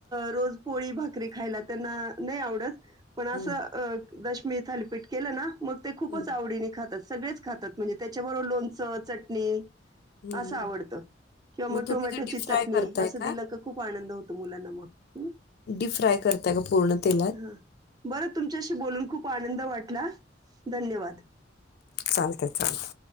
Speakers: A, on the right; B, on the left.
A: रोज पोळी भाकरी खायला त्यांना नाही आवडच पण असं
B: हं,
A: अ दशमी थालीपीठ केलं ना मग ते खूपच
B: हं, हं,
A: आवडी नि ात सगळेच खातात म्हणजे त्याच्याबरोबर लोणचं चटणी
B: हं.
A: असं आवडत किंवा मग
B: तुम्ही
A: टोमॅटोची
B: ते डीप
A: चटणी
B: फ्राय करताय
A: असं
B: का?
A: दिलं क खूप आनंद होतो मुलांना मग हम्
B: डीप फ्राय करताय का पूर्ण तेलात?
A: हा बरं तुमच्याशी बोलून खूप आनंद वाटला धन्यवाद
B: चालते चालत